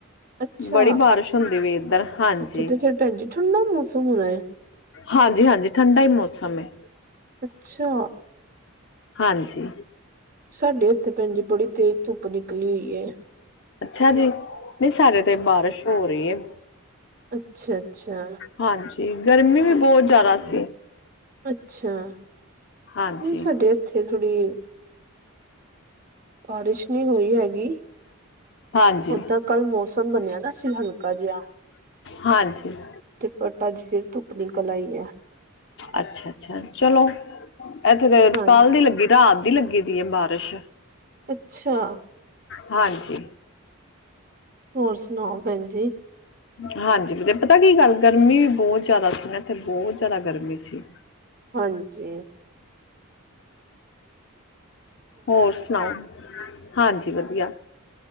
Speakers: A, on the right (about 40°); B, on the left (about 55°).
A: ਅੱਛਾ
B: ਬੜੀ ਬਾਰਿਸ਼ ਹੁੰਦੀ ਵੀ ਇੱਧਰ ਹਾਂਜੀ।
A: ਉੱਥੇ ਤੇ ਫੇਰ ਭੈਣ ਜੀ ਠੰਡਾ ਮੌਸਮ ਹੋਣਾ ਏ
B: ਹਾਂਜੀ-ਹਾਂਜੀ ਠੰਡਾ ਹੀ ਮੌਸਮ ਏ।
A: ਅੱਛਾ।
B: ਹਾਂਜੀ।
A: ਸਾਡੇ ਇੱਥੇ ਪੈਣ ਜੀ ਬੜੀ ਤੇਜ਼ ਧੁੱਪ ਨਿਕਲੀ ਹੋਈ ਏ।
B: ਅੱਛਾ ਜੀ ਨਹੀਂ ਸਾਡੇ ਤੇ ਬਾਰਿਸ਼ ਹੋ ਰਹੀ ਏ।
A: ਅੱਛਾ-ਅੱਛਾ।
B: ਹਾਂਜੀ ਗਰਮੀ ਵੀ ਬਹੁਤ ਜ਼ਿਆਦਾ ਸੀ।
A: ਅੱਛਾ ਨਹੀਂ
B: ਹਾਂਜੀ
A: ਸਾਡੇ ਇੱਥੇ ਥੋੜੀ ਬਾਰਿਸ਼ ਨਹੀਂ ਹੋਈ ਹੈਗੀ
B: ਹਾਂਜੀ
A: ਓਦਾਂ ਕੱਲ ਮੌਸਮ ਬਣਿਆ ਦਾ ਸੀ ਹਲ ਕਾ ਜਿਹਾ
B: ਹਾਂਜੀ
A: ਤੇ ਪਟਾਜ ਫਿਰ ਧੁੱਪ ਨਿਕਲ ਆਈ ਐ।
B: ਅੱਛਾ-ਅੱਛਾ ਚਲੋ ਇੱਥੇ ਤੇ
A: ਹਾਂ
B: ਕੱਲ੍ਹ ਦੀ ਲੱਗੀ ਰਾਤ ਦੀ ਲੱਗੀ ਦੀ ਐ ਬਾਰਿਸ਼।
A: ਅੱਛਾ।
B: ਹਾਂਜੀ।
A: ਹੋਰ ਸੁਣਾਓ ਪੈਣ ਜੀ
B: ਹਾਂਜੀ ਵੀ ਪਤਾ ਕੀ ਗੱਲ ਗਰਮੀ ਵੀ ਬਹੁਤ ਜ਼ਿਆਦਾ ਸੀ ਨਾ ਇੱਥੇ ਬਹੁਤ ਜ਼ਿਆਦਾ ਗਰਮੀ ਸੀ।
A: ਹਾਂਜੀ।
B: ਹੋਰ ਸੁਣਾਓ ਹਾਂਜੀ ਵਧੀਆ